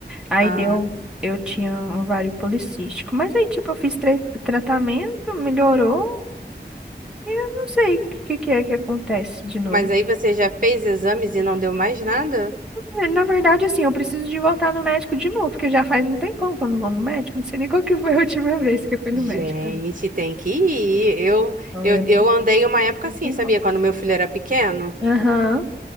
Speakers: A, in the centre; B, on the right.
A: Aí
B: Ah,
A: deu, eu tinha um ovário policístico, mas aí tipo eu fiz tra- tratamento, melhorou, e eu não sei o que que é que acontece de novo.
B: mas aí você já fez exames e não deu mais nada?
A: É, Na verdade, assim, eu preciso de voltar no médico de novo, porque já faz um tempão que eu não vou no médico, não sei nem qual que foi a última <laughs> vez que eu fui no
B: Gente,
A: médico.
B: tem que ir. Eu,
A: Então,
B: eu,
A: eu...
B: eu andei uma época
A: um
B: assim,
A: tempão.
B: sabia? Quando meu filho era pequeno.
A: Aham.